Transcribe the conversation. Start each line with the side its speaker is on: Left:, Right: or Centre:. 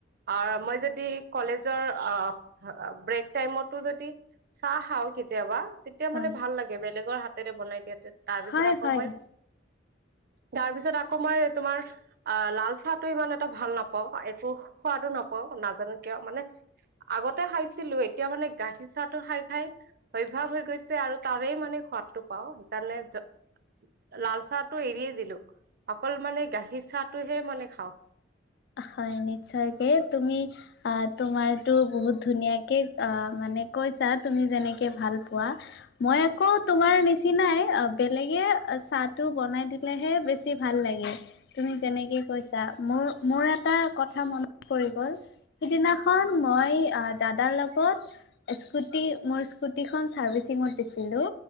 Right: অ মই যদি কলেজৰ অ ব্ৰেক টাইমতো যদি চাহ খাওঁ কেতিয়াবা। তেতিয়া
Left: হয়
Right: মানে ভাল লাগে, বেলেগৰ হাতেৰে বনাই দিয়া তে, তাৰপিছত
Left: হয়
Right: আকৌ
Left: হয়
Right: মই তাৰপিছত আকৌ মই তোমাৰ আ লাল চাহ টো ইমান এটা ভাল নাপাওঁ, একো সোৱাদো নাপাও নাজানো কিয়, মানে আগতে খাইছিলো, এতিয়া মানে গাখীৰ চাহটো খায় খায় অভ্যাস হৈ গৈছে আৰু তাৰেই মানে সোৱাদটো পাওঁ সেইকাৰণে য লাল চাহটো এৰিয়ে দিলো, অকল মানে গাখীৰ চাহটোহে মানে খাওঁ।
Left: হয়, নিশ্চয়কে তুমি আ তোমাৰো বহুত ধুনীয়াকে আ মানে কৈছা তুমি যেনেকে ভাল পোৱা, মই আকৌ তোমাৰ নিচ চিনাই অ বেলেগে চাহটো বনাই দিলেহে বেছি ভাল লাগে। তুমি যেনেকে কৈছা মোৰ মোৰ এটা কথা মনত পৰি গ'ল সিদিনাখন মই আ দাদাৰ লগত স্কুটি মোৰ স্কুটিখন চাৰ্ভিচিঙত দিছিলো,